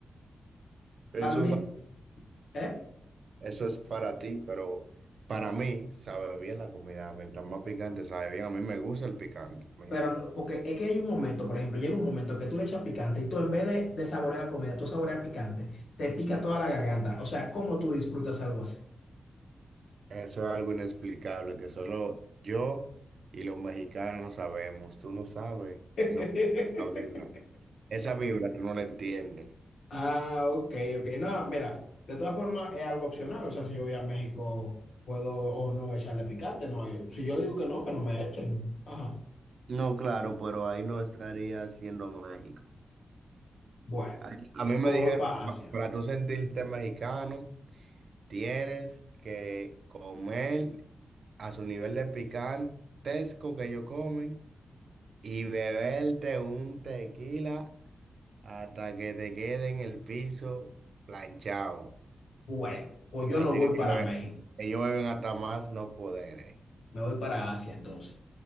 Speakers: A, on the right (about 55°); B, on the left (about 70°).
A: Eso
B: Para mí,
A: es para...
B: ¿eh?
A: Eso es para ti, pero para mí sabe bien la comida. Mientras más picante sabe bien. A mí me gusta el picante. Mira,
B: Pero, no- porque es que hay un momento, por ejemplo, llega un momento que tú le echas picante y tú en vez de, de saborear la comida, tú saboreas picante, te pica toda la garganta. O sea, ¿cómo tú disfrutas algo así?
A: eso es algo inexplicable que solo yo y los mexicanos sabemos. Tú no sabes
B: <laughs>
A: lo, la vibra. Esa vibra tú no la entiendes.
B: Ah, ok, ok. No, mira, de todas formas es algo opcional. O sea, si yo voy a México, puedo o no echarle picante. No, Eh, si yo le digo que no, que no me echen. Ajá.
A: No, claro, pero ahí no estaría siendo México.
B: Bueno,
A: A, a mí
B: pues
A: me
B: me
A: dijeron,
B: voy para Asia.
A: "Pa- para tú sentirte mexicano, tienes que comer a su nivel de picantesco que ellos comen. y beberte un tequila hasta que te quede en el piso planchado.
B: Bueno, pues yo
A: Así
B: no voy
A: que
B: para
A: ellos be-
B: México.
A: ellos beben hasta más no poder. eh.
B: Me voy para Asia entonces.